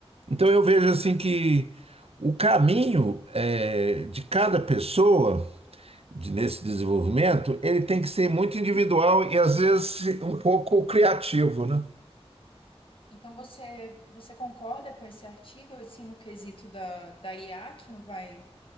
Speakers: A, on the right; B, on the left.
A: Então eu vejo assim que o caminho eh, de cada pessoa de- nesse desenvolvimento, ele tem que ser muito individual e às vezes um pouco criativo, né?
B: Então você, você concorda com esse artigo, assim, no quesito da, da IA, que não vai